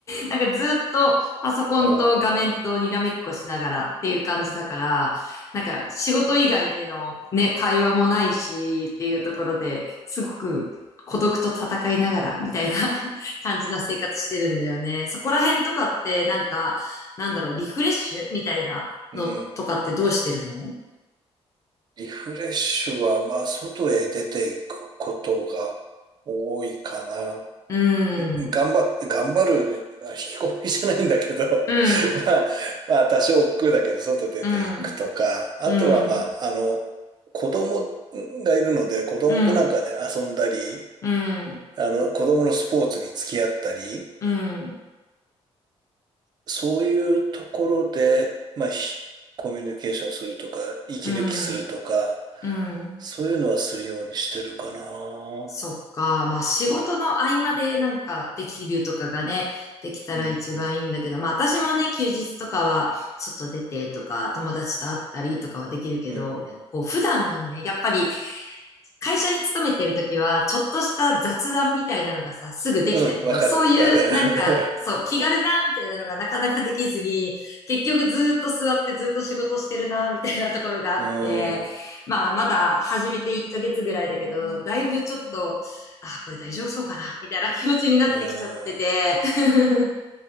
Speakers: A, on the left (about 30°); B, on the right (about 40°).
A: なんかずっとパソコンと画面とにらめっこしながらっていう感じだから、
B: うん。
A: なんか仕事以外でのね、
B: ね
A: 会話もないしっていうところですごく孤独と戦いながらみたいな
B: うん。
A: <laughs> 感じな生活してるんだよね。そこら辺とかってなんか、なんだろう、リフレッシュみたいなのとかってどうしてるの
B: うん。リフレッシュは、まあ、外へ出ていくことが多いかな。
A: うん、
B: 頑張っ、頑張る、あ引きこもりじゃないんだけど、
A: うん、
B: <laughs> まあ、まあ、多少億劫だけど、外出ていくとか、
A: うん、
B: あとはまあ、
A: うん、
B: あの、子供がいるので、子供となんかね、
A: うん、
B: 遊んだり、
A: うん、
B: あの、子供のスポーツに付き合ったり、
A: うん、うん、
B: そういうところで、まあ、ひコミュニケーションするとか、息抜きするとか、
A: うん、うん。
B: そういうのはするようにしてるかな。うん
A: そっか。まあ仕事の合間でなんかできるとかがね、できたら一番いいんだけど、
B: うん、
A: まあ私もね、休日とかは外出てとか、友達と会ったりとかはできるけど、
B: うんうん。
A: こう普段のね、やっぱり会社に勤めてるときは、ちょっとした雑談みたいなのがさ、すぐできたけど、
B: うん、わかる、
A: そういうなんか、
B: わかる。
A: そう、気軽な、みたいなのがなかなかできずに、結局ずーっと座ってずーっと仕事してるな、みたいなところがあって、
B: <laughs> うん。
A: まあ、まだ始めて1ヶ月ぐらいだけど、だいぶちょっと、あ、これ大丈夫そうかな、みたいな気持ちになってきちゃってて。
B: うん。
A: <laughs>